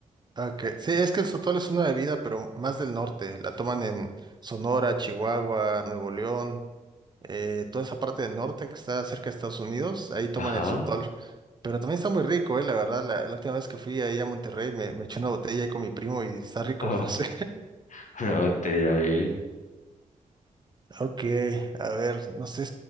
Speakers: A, on the right; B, on the left.
A: Ok, Sí, es que el sotol es una bebida, pero más del norte. La toman en Sonora, Chihuahua, Nuevo León, eh, toda esa parte del norte que está cerca de Estados Unidos, ahí toman
B: Ajá.
A: el sotol. Pero también está muy rico, eh, la verdad. La, la última vez que fui ahí a Monterrey me, me eché una botella ahí con mi primo y está rico.
B: <laughs> Ajá.
A: <laughs> Sí.
B: Una botella, bien.
A: Ok, a ver, no sé